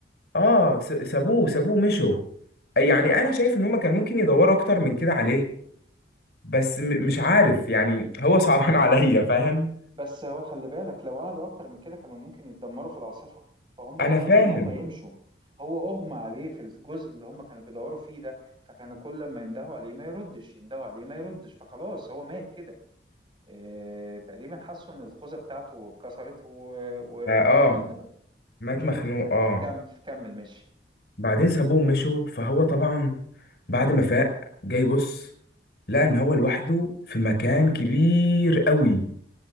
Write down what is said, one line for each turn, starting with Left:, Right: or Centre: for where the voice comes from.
Left: اه س... سابوه سابوه مشوا يعني انا شايف ان هم كان ممكن يدوروا اكتر من كده عليه بس م... مش عارف يعني هو صعبان <laughs> عليا فاهم
Right: بس هو خلي بالك لو قعدوا اكتر من كده كانوا ممكن يتدمروا في العاصفة فهم اضطروا
Left: انا فاهم
Right: ان هم يمشوا هو اغمى عليه في الجزء اللي هم كانوا بيدوروا فيه ده فكانوا كل ما يندهوا عليه ما يردش يندهوا عليه ما يردش فخلاص هو مات كده إيه تقريبا حسوا ان الخوذة بتاعته اتكسرت و- ومات
Left: اه آه،
Right: مخنوق
Left: مات مخنوق اه
Right: كمل كمل ماشي
Left: بعدين سابوه ومشوا فهو طبعا بعد ما فاق جاي بص لقى ان هو لوحده في مكان كبير قوي